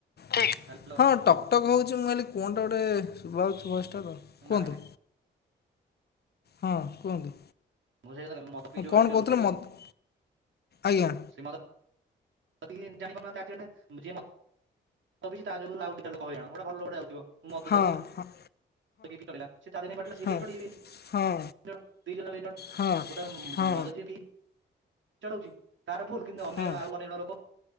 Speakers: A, on the left; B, on the right.
A: ହଁ।
B: ହ୍ୟାଲୋ
A: ହଁ ଟକ୍ ଟକ୍ ହୋଉଛି ମୁଁ କଲି କଣ୍ଟେ ଗୋଟେ ଶୁବା ହଉଛି ବସ୍ଟା ତ
B: ନାଇଁ
A: କୁହନ୍ତୁ
B: ନାଇଁ
A: ହଁ କୁହନ୍ତୁ।
B: ମୁଁ <unintelligible>
A: ହଁ କଣ
B: ଚଲଉଛନ୍ତି
A: କହୁଥିଲ ମୋତ ଆଜ୍ଞା।
B: ସେ ମଦ <unintelligible> <unintelligible>
A: ହଁ
B: ମଦ
A: ହଁ।
B: <unintelligible>
A: ହଁ ହଁ ହଁ
B: <unintelligible>
A: ହଁ ହଁ
B: <unintelligible>
A: ହଁ